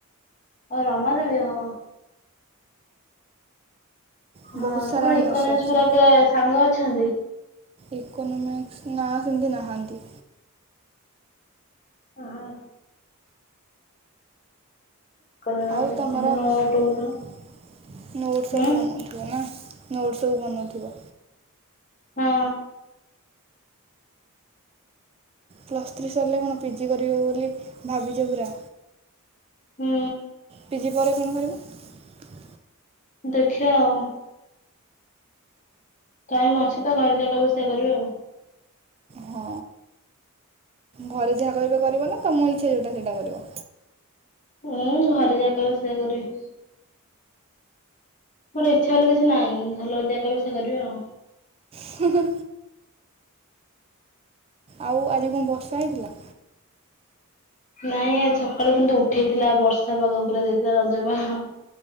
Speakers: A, on the left (about 35°); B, on the right (about 25°).
A: ଓ ରମାଦବି ହୋ।
B: ବହୁତ
A: ହଁ
B: ସାରା
A: ତମର
B: ଅନର୍ସ
A: ଇକୋନୋମିକ୍ସ
B: ଅଛି।
A: ପିଲା କିଏ ସାଙ୍ଗ ଅଛନ୍ତି।
B: ଏକୋନୋମିକ୍ସ ନା ସେମିତି ନାହାନ୍ତି।
A: ହଁ। ଇକୋନୋମିକ୍ସ
B: ଆଉ ତମର
A: ନୋଟ
B: ନୋଟ
A: ଗୁରା
B: ସବୁ
A: ହୁଁ
B: ବନେଉଚ ନା। ନୋଟ ସବୁ ବନଉଥିବ।
A: ହଁ।
B: ପ୍ଲସ୍ ଥ୍ରୀ ସରିଲେ କଣ ପିଜି କରିବେ ବୋଲି ଭାବିଛ ପୁରା
A: ହୁଁ।
B: ପିଜି ପରେ କଣ କରିବ।
A: ଦେଖିବା ଆଉ। ଟାଇମ୍ ଅଛି ତ ଘରେ ଯାହା କହିବ ସେୟଆ କରିବି ଆଉ।
B: ହଁ ଘରେ ଯାହା କହିବେ କରିବ ନା ତମ ଇଚ୍ଛା ଯୋଉଟା ସେଇଟା କରିବ।
A: ହଁ ଘରେ ଯାହା କହିବେ ସେୟା କରିବି। ମୋର ଇଚ୍ଛା ହେଲେ କିଛି ନାଇ ଘର ଲୋକ ଯାହା କହିବେ ସେୟା କରିବି ଆଉ।
B: ହୁଁ। ଆଉ ଆଜି କଣ ବର୍ଷା ହେଇଥିଲା।
A: ନାଇଁ ଆଜି ସକାଳୁ କିନ୍ତୁ ଉଠେଇଥିଲା ବର୍ଷା ପାଗ ପୁରା ଦେଇଥିଲା ରଜପାଗ